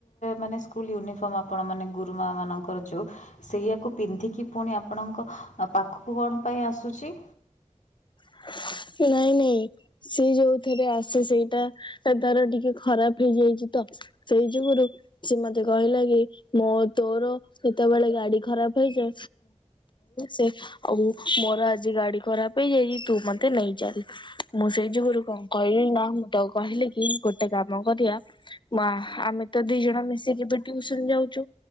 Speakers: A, on the left (about 80°); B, on the left (about 40°).
A: ମାନେ ସ୍କୁଲ୍ ୟୁନିଫର୍ମ ଆପଣ ମାନେ ଗୁରୁମା ମାନଙ୍କର ଯୋଉ ସେଇଆକୁ ପିନ୍ଧିକି ପୁଣି ଆପଣଙ୍କ ପାଖକୁ କଣ ପାଇଁ ଆସୁଛି?
B: <inaudible> ନାଇଁ ନାଇଁ ସିଏ ଯୋଉଥିରେ ଆସେ ସେଇଟା ତାର ଟିକେ ଖରାପ ହେଇଯାଇଛି ତ ସେଇ ଯଗୁରୁ ସେ ମତେ କହିଲା କି ମୁଁ ତୋର ଯେତେବେଳେ ଗାଡି ଖରାପ ହେ ସେ ଆଉ ମୋର ଆଜି ଗାଡି ଖରାପ ହେଇଯାଇଛି। ତୁ ମତେ ନେଇ ଚାାଲ ମୁଁ ସେଇ ଯୁଗରୁ କଣ କହିଲି ନା ମୁଁ ତକୁ କହିଲି କି ଗୋଟେ କାମ କରି ମା ଆମେ ତ ଦି ଜଣ ମିଶିକି ବିସନ ଯାଉଛୁ